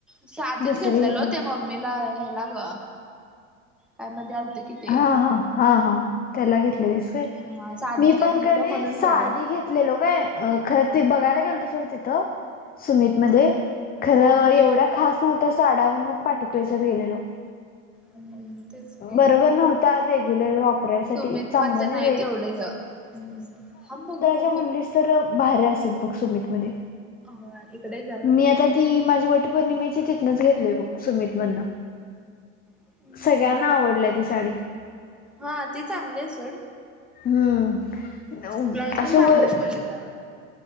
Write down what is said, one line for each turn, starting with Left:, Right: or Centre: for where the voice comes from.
Centre: साधीच
Left: दुसरी
Centre: घेतलेलो
Left: घेतली
Centre: ते मम्मीला ह्याला ग काय मध्ये आलत कि ते
Left: हा हा हा हा, त्याला घेतलेलीस काय.
Centre: हा साधीच
Left: मी
Centre: घेतलेलो
Left: पण क नाय
Centre: म्हणून
Left: साधी
Centre: बरं
Left: घेत लेलो काय, खरं ते बघायला गेलतो सोडं तिथं. सुमित
Centre: हा
Left: मध्ये, खरं
Centre: हा
Left: एवढ्या खास नव्हत्या साड्या, मग पाटुकल्याच्यात गेलेलो.
Centre: हम्म तेच की,
Left: बरोबर नव्हत्या रेग्युलर वापरायसाठी
Centre: सुमित
Left: चांगल्या
Centre: मधलं नाही
Left: बाई
Centre: एवढं ह हम्म, थांब बघु
Left: म्हनलीस
Centre: म
Left: तर, भारी असतात बघ सुमित मध्ये.
Centre: ह इकडे जरा
Left: मी आता ती माझी वटपौर्णिमेची तिथनच घेतलीय बाग सुमित मधन
Centre: हम्म
Left: सगळ्यां आवडली ती साडी.
Centre: हा ती चांगले आहे सोड
Left: हम्म
Centre: ब्लाऊज
Left: अशे
Centre: पण चांगलं
Left: वर
Centre: शिवले त्यावर.